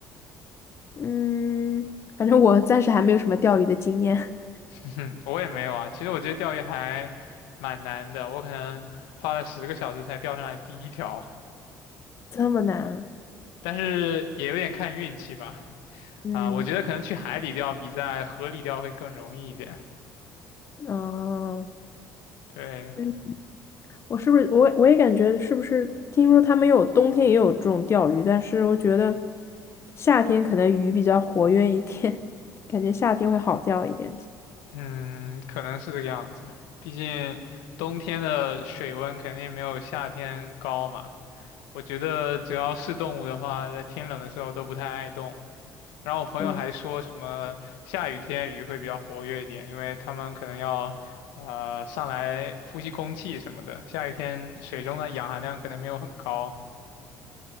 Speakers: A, on the left; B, on the left.
A: 嗯，反正我暂时还没有什么钓鱼的经验，
B: <laughs> 我也没有啊。其实我觉得钓鱼还蛮难的，我可能花了十个小时才钓上来第一条，
A: <laughs> 这么难啊
B: 但是也有点看运气吧。
A: 嗯。
B: 啊，我觉得可能去海里钓比在河里钓会更容易一点。
A: 哦，
B: 对，
A: 嗯，我是不是我也我也感觉是不是听说他们有冬天也有这种钓鱼，但是我觉得夏天可能鱼比较活跃一点，<laughs> 感觉夏天会好钓一点。
B: 嗯，可能是这个样子。毕竟冬天的水温肯定没有夏天高嘛。我觉得只要是动物的话，在天冷的时候都不太爱动。然后我朋友还说什么下雨天鱼会比较活跃一点，
A: 对，
B: 因为它们可能要呃上来呼吸空气什么的。下雨天水中的氧含量可能没有很高。